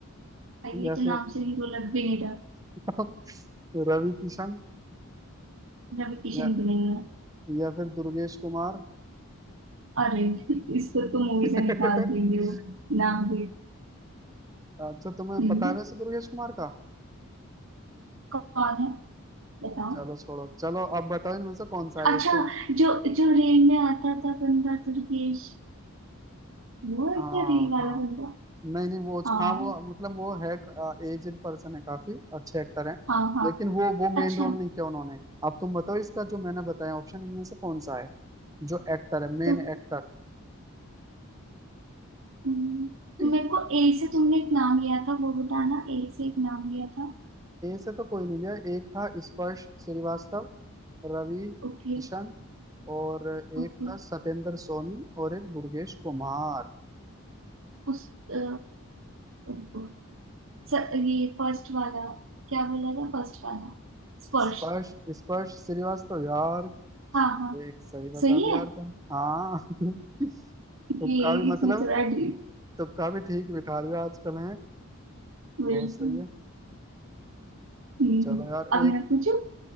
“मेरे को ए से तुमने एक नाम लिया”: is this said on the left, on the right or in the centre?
Right